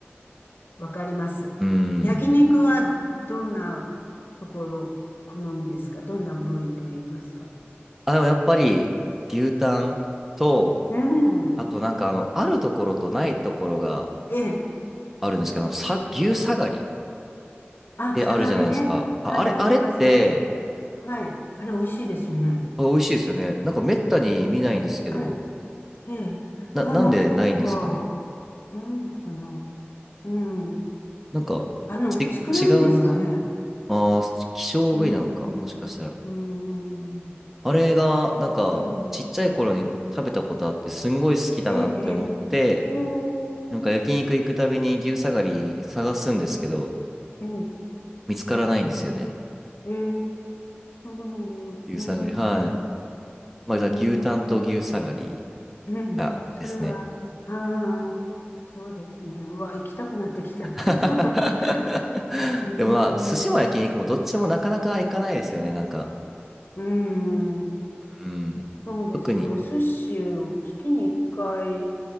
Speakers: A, on the left (about 55°); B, in the centre.
A: わかります。
B: うん。
A: 焼肉はどんなところ好みですかどんな部位と言いますか
B: あ、でもやっぱり牛タンと、
A: うん。
B: あとなんかあの、あるところとないところが
A: ええ。
B: あるんですけど、あのさ、牛下がりっ
A: あ、
B: てあるじゃないですか。
A: サガリね。
B: あ、
A: はい、
B: あれ、
A: ありますね。
B: あれって
A: はい。あれ、美味しいですよね。
B: あ美味しいですよね。なんかめったに見ないんですけど、
A: はい。ええ。
B: な、
A: ああ、
B: なんでないんですかね。
A: そっか。なんでかな。うん。
B: なんか、
A: あの、
B: ち、
A: 少ないんですかね。
B: 違う名前ああー、希少部位なのか、
A: うん。
B: もしかしたら。
A: うん。
B: あれが、なんか、
A: うん。
B: ちっちゃい頃に食べたことあって、すんごい好きだなって思って、
A: ええ、ええ。ええ。うん
B: なんか焼肉行くたびに牛下がり探すんですけど、
A: うん
B: 見つからないんですよね。
A: ええ、ええ、そうなんうーん、
B: 牛下がり。はい。
A: う
B: まあ、
A: ーん、
B: だから牛タンと牛下がり
A: うん、
B: がですね。
A: それは、ああ、そうですね。うわ、行きたくなってきた。
B: <laughs>
A: <laughs> うーん、
B: でもまあ、寿司も焼肉もどっちもなかなか行かないですよね、
A: う
B: なんか。
A: ーん。
B: うん。
A: そうですね。
B: 特に。
A: お寿司を月に1回